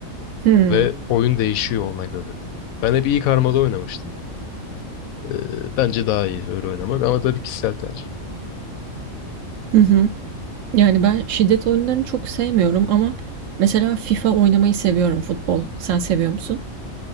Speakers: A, on the right; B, on the left.
A: Hı.
B: ve oyun değişiyor ona göre. Ben hep iyi karmada oynamıştım. E, bence daha iyi öyle oynamak ama tabii kişisel tercih.
A: Hı hı. Yani ben şiddet oyunlarını çok sevmiyorum ama mesela FIFA oynamayı seviyorum futbol. Sen seviyor musun?